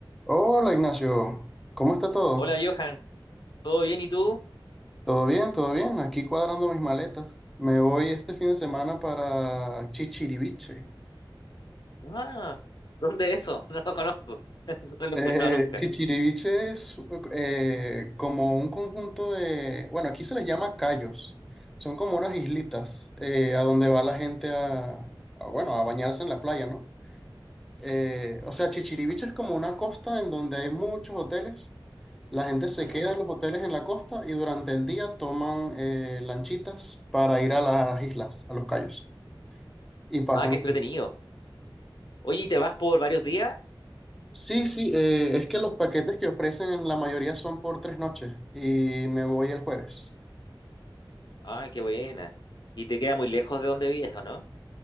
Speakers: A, in the centre; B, on the left.
A: Hola Ignacio, ¿cómo está todo?
B: Hola Johan, ¿todo bien y tú?
A: ¿Todo bien? ¿Todo bien? Aquí cuadrando mis maletas. Me voy este fin de semana para Chichiriviche.
B: Ah, ¿dónde es eso? <laughs> No lo conozco, <laughs> no lo he
A: Eh,
B: escuchado nunca.
A: Chichiriviche es eh, como un conjunto de, bueno, aquí se les llama cayos. Son como unas islitas eh, a donde va la gente a, a, bueno, a bañarse en la playa, ¿no? eh, o sea, Chichiriviche es como una costa en donde hay muchos hoteles. La gente se
B: Ah,
A: queda en los hoteles en la costa y durante el día toman eh, lanchitas para ir a las islas, a los cayos. Y pasan.
B: ah, qué entretenido. Oye, ¿y te vas por varios días?
A: Sí, sí, eh, es que los paquetes que ofrecen en la mayoría son por tres noches y me voy el jueves.
B: Ah, qué buena. ¿Y te queda muy lejos de donde vives, o no?